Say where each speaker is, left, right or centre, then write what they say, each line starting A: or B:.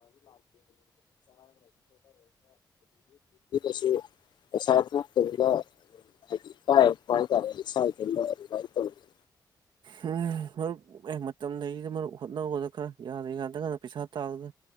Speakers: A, on the left; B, on the right.
A: <inaudible> <inaudible> <inaudible> <inaudible>
B: ꯎꯝ ꯍ <inaudible> ꯎ ꯑꯦ ꯃꯇꯝ ꯂꯩꯔꯤꯗ ꯃꯔꯨꯞ ꯍꯣꯠꯅꯥꯈꯣꯗ ꯈꯔ ꯌꯥꯔꯥꯒꯟꯗ ꯗꯔ ꯄꯩꯁꯥ ꯇꯥꯂꯨꯗ